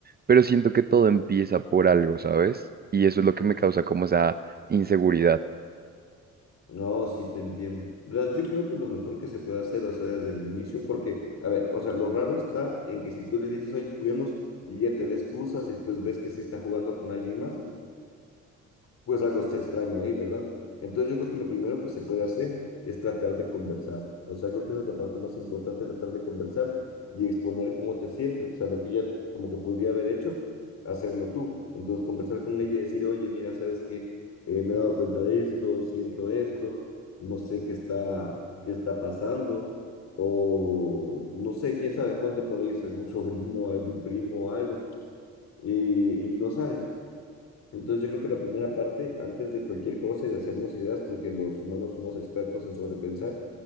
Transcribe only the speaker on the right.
pero siento que todo empieza por algo, ¿sabes? Y eso es lo que me causa como esa inseguridad.